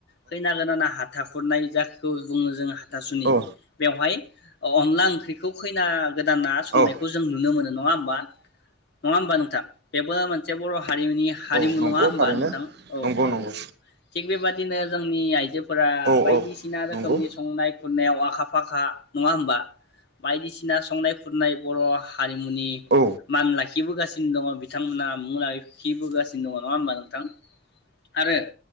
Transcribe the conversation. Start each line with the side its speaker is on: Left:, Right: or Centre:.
Left: खैना गोदाना हाथा हुरनाय जखौ बुङो जोंआ हाथासुनि
Right: औ
Left: बेवहाय अ-अनला ओंख्रिखौ खैना गोदान ना संनायखौ
Right: औ
Left: जों नुनो मोनो नङा होमबा? नङा होमबा नोंथां बेबो मोनसे बर ह हारिमुनि हारिमु
Right: औ नंगौ
Left: नङा होमबा
Right: थारैनो
Left: नोंथां औ
Right: नंगौ नंगौ
Left: औ औ थिग बेबाद बिदिनो जोंनि आइजोब फोरा
Right: औ
Left: बायदिसिना
Right: औ
Left: रोखोमनि
Right: नंगौ
Left: संनाय खुरनायाव आखा फाखा नङा होमबा बायदिसिना संनाय खुरनाय बर' हारिमुनि
Right: औ
Left: मान ला इबोगासिनो दङ बिथांमोनहा मुलायै खिबोगासिनो दङ नङा होमबा नोंथां आरो